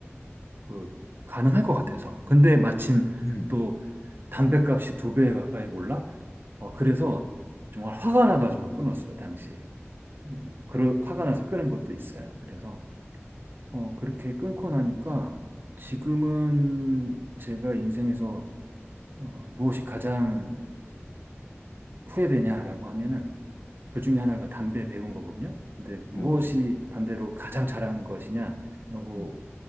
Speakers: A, on the right (about 50°); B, on the left (about 85°).
A: 그 가능할 것 같아서. 근데 마침
B: 음,
A: 또 담배값이 두 배 가까이 올라? 어, 그래서 정말 화가 나가지고 끊었어요, 당시에. 뭐, 그러, 화가 나서 끊은 것도 있어요. 그래서 어, 그렇게 끊고 나니까 지금은 제가 인생에서 어, 무엇이 가장 후회되냐라고 하면은 그 중에 하나가 담배 배운 거거든요. 근데 무엇이
B: 네.
A: 반대로 가장 잘한 것이냐라고
B: 음.